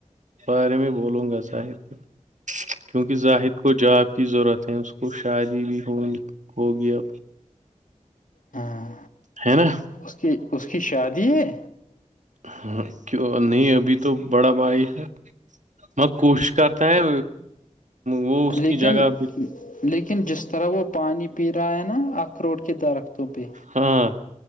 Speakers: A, on the right (about 70°); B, on the left (about 85°).
A: بارے میں بولوں گا ظاہد کو کیونکہ جاہد کو جاب کی ضرورت ہے اس کو شادی بھی ہو ہوگی اب
B: ہاں
A: ہے نا
B: اس کی اس کی شادی ہے
A: ہاں کیوں نہیں ابھی تو بڑا بھائی ہے وہ کوشش کرتا ہیں وہ اس
B: لیکن
A: کی جگہ بھی
B: لیکن جس طرح وہ پانی پی رہا ہے نا اخروٹ کے درختوں پہ
A: ہاں